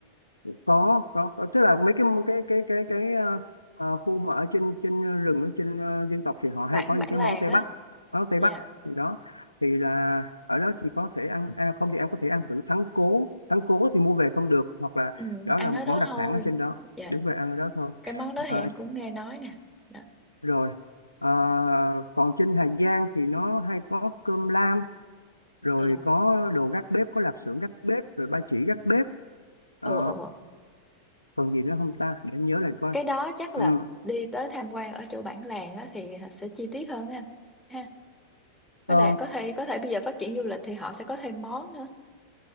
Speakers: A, on the left; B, in the centre.
A: có có có tức là mấy cái cái cái cái cái ờ, ờ, khu mà ở trên trên rừng ở trên ờ, dân tộc thì họ hay
B: bản
A: có những
B: bản
A: cái
B: làng
A: món Tây
B: á
A: Bắc món Tây
B: dạ
A: Bắc thì đó thì là ở đó thì có thể ăn à, không thì em có thể ăn thử thắng cố thắng cố thì mua về không được hoặc là
B: ừ,
A: đó
B: ăn
A: là một
B: ở đó
A: món đặc
B: thôi
A: sản ở trên đó
B: dạ
A: đứng về ăn ở đó thôi
B: cái món đó thì
A: Ờ,
B: em cũng nghe nói nè đó.
A: rồi Ờ, còn trên Hà Giang thì nó hay có cơm lam rồi
B: ờ
A: có đồ gác bếp có lạp xưởng gác bếp rồi ba chỉ gác bếp Ờ,
B: ờ ờ.
A: còn gì nữa không ta để em nhớ lại coi
B: cái đó chắc là
A: Ừm,
B: đi tới tham quan ở chỗ bản làng á thì sẽ chi tiết hơn á anh ha
A: ờ,
B: với lại có thể có thể bây giờ phát triển du lịch thì họ sẽ có thêm món nữa